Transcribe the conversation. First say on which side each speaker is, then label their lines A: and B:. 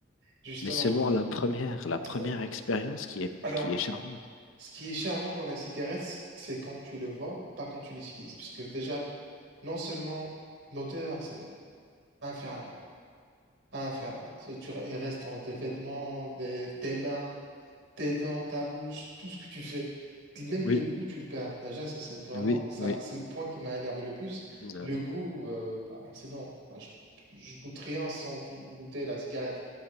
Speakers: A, on the right (about 65°); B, on the left (about 75°).
A: justement.
B: Mais seulement la première, la première
A: Euh,
B: expérience qui est,
A: Alors,
B: qui est charmante.
A: ce qui est charmant dans la cigarette, c'est quand tu le vois, pas quand tu l'utilises. Puisque déjà, non seulement l'odeur, c'est infernal. Infernal. C'est- Tu re- il reste dans des vêtements, des, tes mains, tes dents, ta bouche, tout ce que tu fais. Même
B: Oui,
A: le goût, tu le perds. Déjà, ça, c'est vraiment,
B: oui,
A: ça,
B: oui.
A: c'est le point qui m'a énervé le plus.
B: Euh,
A: Le goût, euh, bah, c'est bon. Bah, je, je goûte rien sans tout- goûter la cigarette.